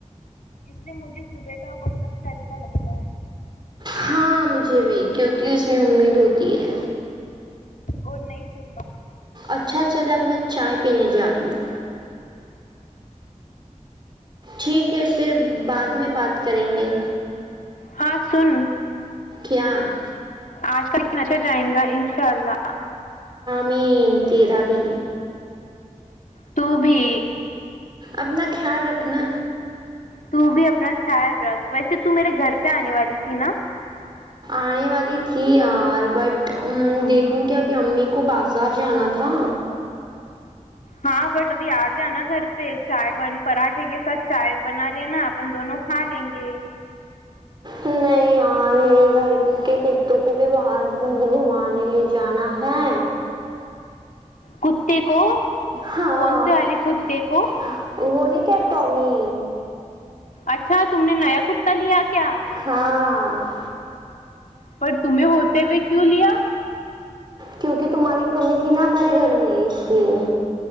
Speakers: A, on the left; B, on the right.
A: نے مجھے صبح کا وہ سب سے اچھا لگتا ہے
B: ہاں مجھے بھی کیونکہ اس میں امید ہوتی ہے
A: اور نئی شو
B: اچھا چل اب میں چائے پینے جا رہی ہوں ٹھیک ہے پھر بعد میں بات کریں گے
A: ہاں سن
B: کیا
A: آج کا دن اچھا جائیں گا انشاء اللہ
B: مین تیرا بھی
A: توو بھی
B: اپنا خیال رکھنا
A: تو بھی اپنا خیال رکھ ویسے تو میرے گھر پہ آنے والی تھی نا
B: آنے والی تھی اورار بٹ دیکھوں گی ابھی امی کو بازار جانا تھا
A: ہاں بٹ ابھی آ جانانا گھر پہ چائے بن پراٹھے کے ساتھ چائے بنا لینا اپن دونوں کھا لیں گے
B: نہیں یار میرے گھر کے کتوں کو بھی وہاں گھمانے لے جانا ہے
A: کتے کو
B: ہاں
A: کون سے والے کتے کو
B: وہ نہیں ٹومی
A: اچھا تم نے نیا کتا لیا کیا
B: <inaudible> <inaudible>
A: پر تمہیں ہوتے ہوئے کیوں لیا
B: کیونکہ تمہاری کمی تھی نا ہمارے گھر میں اس لیے